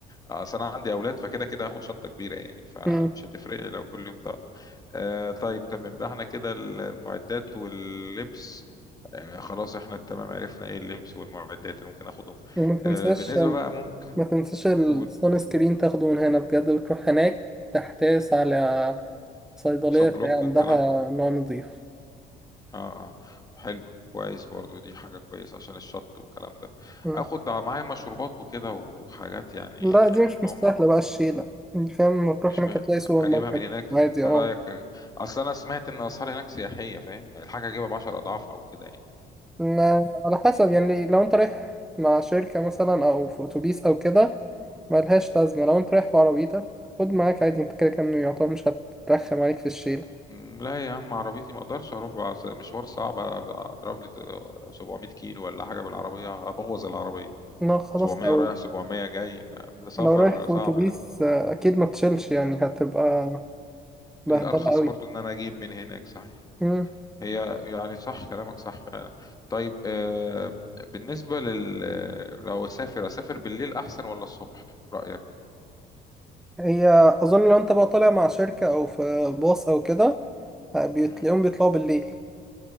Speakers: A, on the left; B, in the centre.
A: آه، اصل انا عندي اولاد فكده كده هاخد شنطه كبيره يعني فمش
B: امم
A: هتفرق لي لو كل يوم طقم آه طيب تمام بقى احنا كده المعدات واللبس آه خلاص احنا تمام عرفنا ايه اللبس والمعدات اللي ممكن اخدهم
B: وما تنساش
A: آه بالنسبه بقى ممكن
B: ما تنساش الصون
A: نقول
B: سكرين تاخده من هنا بجد بتروح هناك تحتاس على صيدلية
A: صن
B: تلاقي
A: بلوك والكلام
B: عندها
A: ده
B: نوع نظيف
A: اه اه حلو كويس برضو دي حاجه كويسه عشان الشط والكلام ده
B: مم.
A: اخد معايا مشروبات وكده وحاجات يعني
B: لا دي
A: آه،
B: مش مستاهلة
A: نوع معين
B: بقى الشيلة انت فاهم تروح
A: مش
B: هناك
A: م...
B: تلاقي سوبر
A: اجيبها
B: ماركت
A: من هناك
B: عادي
A: انت
B: اه
A: رايك اصل انا سمعت ان اسعار هناك سياحيه فاهم يعني الحاجه اجيبها ب 10 اضعافها وكده يعني
B: ما- على حسب يعني لو انت رايح مع شركة مثلا او في اتوبيس او كده ملهاش لازمة لو انت رايح في عربيتك خد معاك عادي انت كده كده يعتبر مش هترخم عليك في الشيلة
A: م، لا يا عم عربيتي ما اقدرش اروح بقى مشوار صعب اضرب لي 700 كيلو ولا حاجه بالعربيه ابوظ العربيه
B: لا خلاص
A: 700
B: لو
A: رايح 700 جاي ده سفر
B: لو رايح في
A: صعب
B: اتوبيس
A: ده
B: آه، اكيد ما تشيلش يعني هتبقى بهدلة
A: الارخص
B: أوي
A: برضو ان انا اجيب من هناك صحيح
B: مم.
A: هي يعني صح كلامك صح فعلا طيب آه بالنسبه لل لو اسافر اسافر بالليل احسن ولا الصبح رايك
B: هي أظن لو أنت بقى طالع مع شركة أو في باص أو كده بتلاقيهم
A: مم.
B: بيطلعوا بالليل